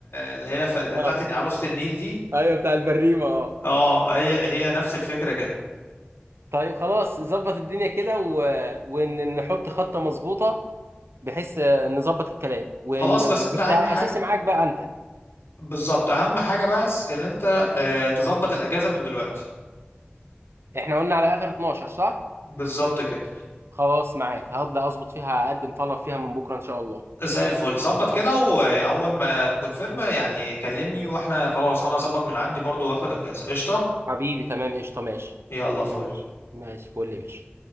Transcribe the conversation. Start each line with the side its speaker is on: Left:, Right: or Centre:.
Left: اللي هي ف- اللي
Right: اه
Left: هي بتاعت إن عروسة النيل دي
Right: ايوه بتاع البريمه اه
Left: اه هي هي نفس الفكرة كده
Right: طيب خلاص ظبط الدنيا كده و... ونحط خطة مظبوطة بحيث آه، نظبط الكلام ون...
Left: خلاص بس انت
Right: بس
Left: اهم
Right: اساسي
Left: حاجة
Right: معاك بقى انت
Left: بالظبط اهم حاجة بس اللي انت آه، تظبط الاجازة من دلوقتي
Right: احنا قلنا على اخر 12 صح
Left: بالظبط كده
Right: خلاص معاك هبدأ اظبط فيها اقدم طلب فيها من بكرة ان شاء الله
Left: زي الفل ظبط كده واول ما تكون فيرم يعني كلمني واحنا خلاص انا اظبط من عندي برضو واخد اجازة قشطة
Right: حبيبي تمام قشطة ماشي
Left: يلا فل
Right: ماشي ماشي فل يا باشا